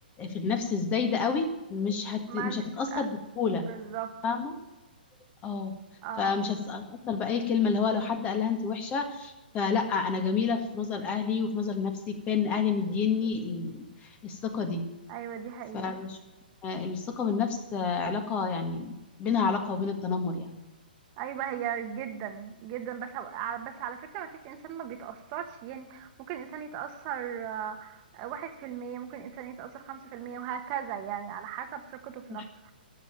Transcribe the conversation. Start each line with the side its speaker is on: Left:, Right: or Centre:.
Left: في النفس الزايده قوي مش هت...
Right: ما
Left: مش
Right: مش
Left: هتتاثر
Right: آه،
Left: بسهوله
Right: بالظبط
Left: فاهمه اه
Right: اه
Left: فمش هتتاثر باي كلمه اللي هو لو حد قالها انت وحشه فلا انا جميله في نظر اهلي وفي نظر نفسي كفايه ان اهلي مديني ال- الثقه دي
Right: ايوه دي حقيقه
Left: فبشوف آه، الثقه بالنفس آه، علاقه يعني بينها علاقه وبين التنمر يعني
Right: ايوه هي جدا جدا بس على- بس على فكره ما فيش انسان ما بيتاثرش يعني ممكن انسان يتاثر آه، واحد في المية ممكن انسان يتاثر خمسة في المية وهكذا يعني على حسب ثقته في نفسه
Left: صح